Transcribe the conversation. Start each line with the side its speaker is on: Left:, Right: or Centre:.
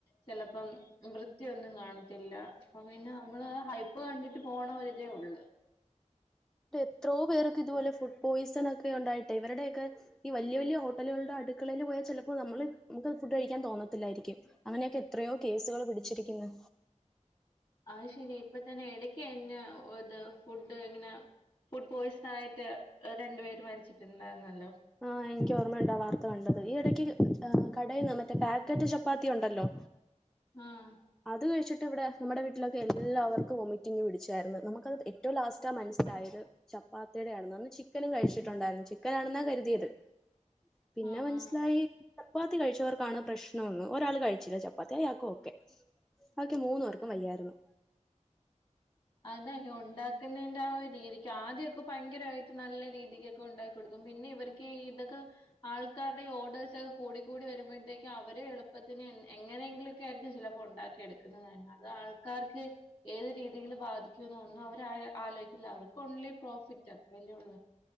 Left: ചിലപ്പം വൃത്തിയ ഒന്നും കാണത്തി അപ്പൊ പിന്നെ നമ്മള് ഹൈപ്പ് കണ്ടിട്ട് പോണ ഒരിതേ ഉള്ള
Centre: എത്രോ പേർക്ക് ഇതുപോലെ ഫുഡ് പോയ്സൺ ഒക്കെ ഉണ്ടായിട്ട് ഇവരുടെയ ഒക്കെ ഈ വല്യ വല്യ ഹോട്ടലുകളുടെ അടുക്കളയിൽ പോയാൽ ചിലപ്പോ നമ്മള് നമുക്ക് ഫുഡ് കഴിക്കാൻ തോന്നത്തില്ലായിരിക്കും അങ്ങനെയൊക്കെ എത്രയോ കേസുകൾ പിടിച്ചിരിക്കുന്നു
Left: അയ് ശരി ഇപ്പ തന്നെ ഇടക്ക് എന്നെ ഇത് ഫുഡ് ഇങ്ങനെ ഫുഡ് പോയ്സൺ ആയിട്ട് രണ്ടുപേര് മരിച്ചിട്ടുണ്ടായിരുന്നല്ലോ
Centre: ആഹ് എനിക്ക് ഓർമ്മയുണ്ടാ വാർത്ത കണ്ടത് ഈ ഇടക്ക് ആഹ് കടയിൽന്ന് മറ്റേ പാക്കറ്റ് ചപ്പാത്തി ഉണ്ടല്ലോ
Left: ആഹ്
Centre: അത് കഴിച്ചിട്ട് ഇവിടെ നമ്മുടെ വീട്ടിലൊക്കെ എല്ലാവർക്കും വോമിറ്റിങ്ങ് പിടിച്ചായിരുന്നു നമുക്കത് ഏറ്റവും ലാസ്റ്റാ മനസ്സിലായത് ചപ്പാത്തിയുടെ ആണെന്ന് ചിക്കനും കഴിച്ചിട്ടുണ്ടായിരുന്നു ചിക്കനാണെന്നാ കരുതിയത് പിന്നെ
Left: ആഹ്
Centre: മനസ്സിലായി
Left: ആഹ്
Centre: ചപ്പാത്തി കഴിച്ചവർക്കാണ് പ്രശ്നൊന്നും ഒരാള് കഴിച്ചില്ല ചപ്പാത്തി അയാക്കോക്കെ അവർക്ക് മൂന്ന് പേർക്കും വയ്യായിരുന്നു
Left: അതെന്നെ ഉണ്ടാക്കുന്ന രീതിക്ക് ആദ്യൊക്കെ ഭയങ്കരായിട്ട് നല്ല രീതിക്കൊക്കെ ഉണ്ടാക്കി കൊടുക്കും പിന്നെ ഇവർക്ക് ഇതൊക്കെ ആൾക്കാരുടെ ഓർഡേഴ്സൊക്കെ കൂടി കൂടി വരുമ്പോഴത്തേക്കും അവരെ എളു പ്പത്തിന് എങ്ങനെങ്കിലും ചിലപ്പോ ഉണ്ടാക്കി എടുക്കുന്നത് തന്ന അത് ആൾക്കാർക്ക് ഏത് രീ ബാധികുന്നോ ഒന്നും അവര് ആലോചിക്കില്ല അവർക്ക് ൺലി പ്രോഫിറ്റ് അത്രല്ലേ ഒള്ളു